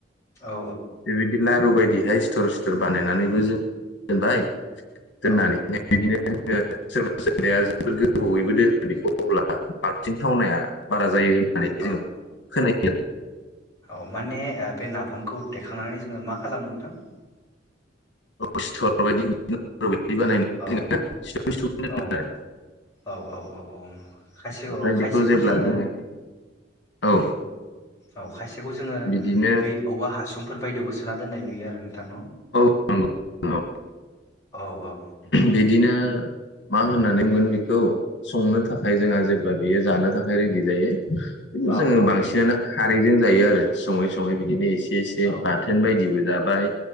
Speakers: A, on the left; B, on the left.
A: औ
B: बे बायदि लारु बायदि बे सिथर बानायनानैबो जों दोनबाय दोननानै
A: औ
B: हाय बिदिनो सोरबा सोरबाया जोबोद गोबावैबो दोनो आरो बिखौ अब्ला बांसिन थावनाया बारा जायो होननानै
A: औ
B: जोंङो खोनायो।
A: औ माने बे नाफामखौ देखांनानै जोंङो मा खालामो नोंथां
B: <unintelligible>
A: औ औ
B: जोङो सिथर सिथुमना दोनो आरो
A: औ औ औ औ खायसेखौ-खायसेखौ
B: ओमफ्राय बेखौ जेब्ला
A: जोंङो
B: जोङो औ
A: औ खायसेखौ जोंङो
B: बिदिनो
A: बै औवा हा सुंफोर बायदियावबो सोना दोननाय नुयो आरो। नोंथां
B: औ नंगौ औ
A: औ औ
B: बिदिनो मा होननानै बुंगोन बेखौ संनो थाखाय जोंहा जेब्ला बेयो जानो थाखाय रेडि जायो
A: औ
B: जोंङो
A: औ
B: बांसिनानो खारैजों जायो आरो सङै सं ङै बिदिनो एसे एसे
A: औ
B: बाथोन बायदिबो जा बाय